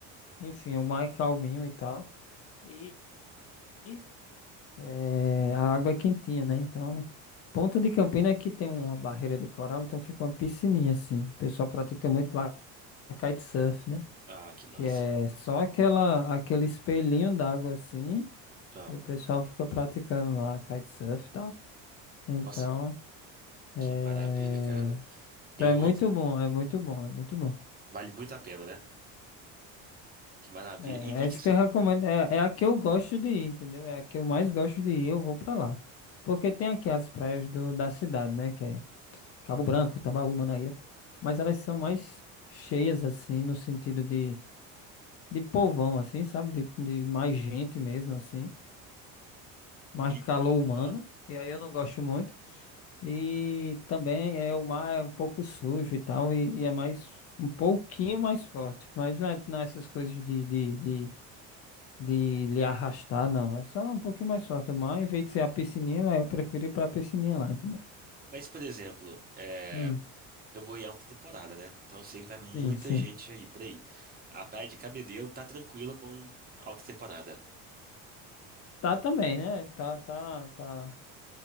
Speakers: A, on the left (about 45°); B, on the right (about 25°).
A: Enfim, o mar é calminho e tal. E e, eh, a água é quentinha, né? Então, Ponta de Campina aqui tem uma barreira de coral, então fica uma piscininha assim. O pessoal pratica muito lá kitesurf, né?
B: Ah, que massa.
A: Que é só aquela, aquele espelhinho d'água assim,
B: Ah,
A: e o pessoal fica praticando lá kitesurf e tal. Então,
B: nossa,
A: é...
B: que maravilha, cara.
A: então
B: E eu
A: é muito
B: vou dizer,
A: bom, é muito bom, é muito bom.
B: vale muito a pena, né? Que maravilha.
A: É,
B: E, e
A: essa
B: que você,
A: que eu recomendo.
B: ah,
A: É, é a que eu gosto de ir, entendeu? É a que eu mais gosto de ir, eu vou pra lá. Porque tem aqui as praias do, da cidade, né? Que é Cabo Branco, Tambaú, Manaíra. Mas elas são mais cheias, assim, no sentido de, de povão, assim, sabe? De, de mais gente mesmo, assim. Mais
B: e,
A: calor humano.
B: ah.
A: E aí eu não gosto muito. E também é o mar é um pouco sujo e tal. E, e é mais, um pouquinho mais forte. Mas não é, não é essas coisas de, de, de de lhe arrastar, não. É só um pouquinho mais forte. Mas, em vez de ser a piscininha, aí eu prefiro ir pra piscininha lá, entendeu?
B: Mas por exemplo, é,
A: Hum,
B: Eu vou em alta temporada, né? Então eu sei que vai muita
A: sim, sim.
B: gente aí por aí. A Praia de Cabedelo tá tranquila com alta temporada.
A: Tá também, né? Tá, tá, tá.